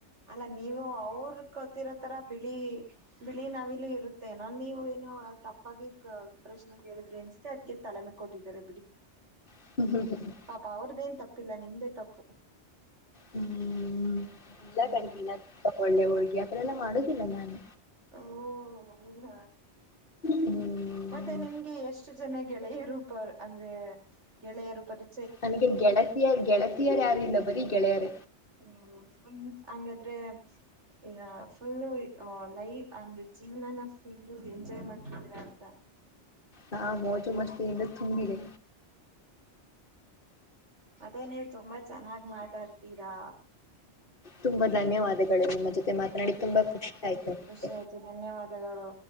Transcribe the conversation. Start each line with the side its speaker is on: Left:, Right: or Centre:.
Right: ಅಲ್ಲ ನೀವು ಅವ್ರ ಗೊತ್ತಿರೋತರ ಬಿಳಿ ಬಿಳಿ ನವಿಲು ಇರುತ್ತೆನೋ ನೀವ ಏನೋ ತಪ್ಪಾಗಿ ಪ್ರಶ್ನೆ ಕೇಳಿದ್ರಿ ಅನ್ ಸದ ತಲೆಮೆ ಕೊಟ್ಟಿದ್ದಾರೆ ಬಿಡಿ
Left: ಹದ
Right: ಪಾಪ ಅವ್ರದ್ದೇಏನ್ ತಪ್ಪಿಲ್ಲ ನಿಮ್ದೇ ತಪ್ಪು
Left: ಹ್ಮ್ ಇಲ್ಲ
Right: ಹ್ಮ್
Left: ಕಂಡನ ತಗೊಳ್ಳೆ ಹುಳ್ಗಿ ಅ ಎಲ್ಲಾ ಮಾಡುದಿಲ್ಲ ನಾನು
Right: ಓ ಇಲ್ಲ
Left: ಹ್ಮ್
Right: ಮತ್ತೆ ನಿಮ್ಗೆ ಎಷ್ಟ ಎಷ್ಟ ಜನ ಗೆಳೆಯರುೂಪರ್ ಅಂದ್ರೆ ಗೆಳೆಯರು ಪರಿ
Left: ನನಗೆ ಗೆಳತಿಯ ಗೆಳತಿಯರ ಯಾರಂದ ಬರೀ ಗೆಳೆಯರ
Right: ಹ ಹಂಗಾದ್ರೆ ಈ ಫುಲ್ಲು ಲೈ ಅಂದು ಜೀವನಾನ ಫುಲ್ಲ ಎಂಜಾಯ್ ಮಾಡ್ತಿದ್ರ ಅಂತ
Left: ಹಾ ಮೋಜು ಮಸ್ತಿ ಇಂದ ತುಂಬಿದೆ
Right: ಮತ್ತೆ ನೀವು ತುಂಬಾ ಚೆನ್ನಾಗ್ ಮಾತಾಡ್ತೀರಾ
Left: ತುಂಬಾ ಧನ್ಯವಾದಗಳು ನಿಮ್ಮ ಜೊತೆ ಮಾತನಾಡಿ
Right: ನಿಮ್ಮ ಜೊತೆ
Left: ತುಂಬಾ ಖುಷಿ
Right: ಮಂಟಳಿಗೆ
Left: ಆಯ್ತು ನನಗೆ.
Right: ಖುಷಿ ಆಯ್ತು ಧನ್ಯವಾದಗಳು